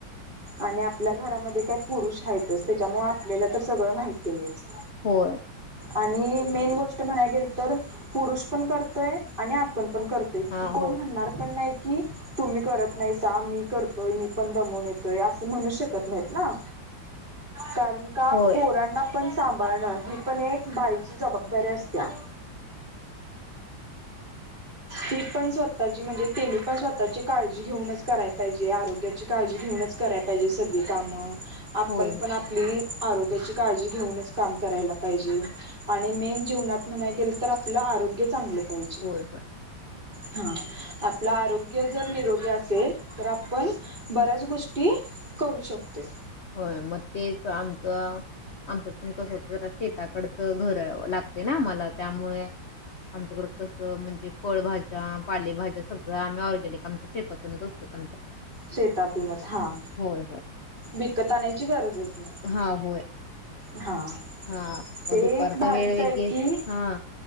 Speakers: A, on the right (about 25°); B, on the left (about 50°).
A: आणि आपल्या घरामध्ये काही पुरुष आहेतच त्याच्यामुळे आपल्याला तर सगळं माहिती आहेच.
B: होय.
A: आणि मेन गोष्ट म्हणाय गेल तर पुरुष पण करतोय. आणि आपण पण कर की
B: हा
A: कोण
B: होय.
A: म्हणणार पण नाही. की तुम्ही करत नाहीसा आम्ही करतोय मी. पण दमून येतोय अस म्हणू शकत नाही ना. कारण का
B: होय.
A: पोरांना. पण सांभाळण ही पण एक बाईची जबाबदारी असत्या ती पण स्वतःची म्हणजे तेनी पण स्वतःची काळजी घेऊनच करायला पाहिजे आरोग्याची. काळजी घेऊनच कराय पाहिजे सगळी कामं. आपण
B: होय होय
A: पण आपली. आरोग्याची काळजी घेऊनच काम करायला पाहिजे आणि मेन जीवनात म्हणाय गेल तर आपलं आरोग्य चांगलं. पाहिजे.
B: होय होय
A: हा आपलं आरोग्य जर निरोगी असेल तर आपण. बऱ्याच गोष्टी करू शकतोय.
B: होय मग तेच आमच आमच पण कस शेताकडचं घर लागते ना आम्हाला त्यामुळे आमच्याकड कसं म्हणजे फळभाज्या पालेभाज्या सगळं आम्ही ऑर्गॅनिक आमच्या शेतातूनच असत.
A: शेतातूनच हा.
B: होय होय
A: विकत आणायची गरजच नाही.
B: हा होय
A: हा
B: हा म
A: ते
B: दुपारचा
A: एक भारीच
B: वेळ वेगे
A: आहे की
B: हा...